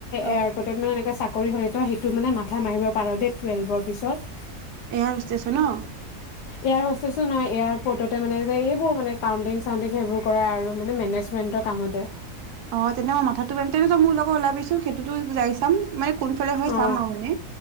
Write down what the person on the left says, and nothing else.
এয়াৰপৰ্তট মানে এনেকে চা কৰি হ'লে তই সেইটোত মানে মাথা মাৰিব পাৰ দেই, টুৱেল্ভৰ পিছত।
এয়াৰ হচটেছো নহয়, এয়াৰপৰ্টতে মানে যে এইবোৰ মানে কাউণ্টিং চাউটিং সেইবোৰ কৰা আৰু মানে মেনেজ মেণ্টৰ কামতে।
অ